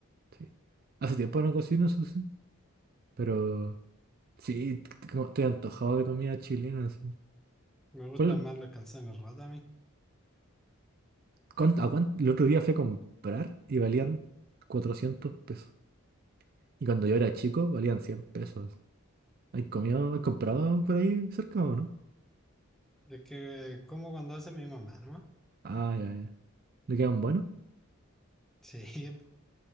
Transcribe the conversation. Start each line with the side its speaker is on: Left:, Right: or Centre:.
Right: Sí. Hace tiempo no cocino, eso sí. Pero... Sí, t- como estoy antojado de comida chilena. sí.
Centre: Me gustan
Right: ¿Cuál-
Centre: más los calzones rotos a mí.
Right: cuán- a cuán- el otro día fui a comprar y valían 400 pesos. Y cuando yo era chico valían 100 pesos. ¿Hay comido, hay comprado por ahí cerca o no?
Centre: Es que como cuando hace mi mamá, ¿no? <laughs>
Right: Ah, ya, ya. ¿Le quedan buenos?
Centre: Sí, po.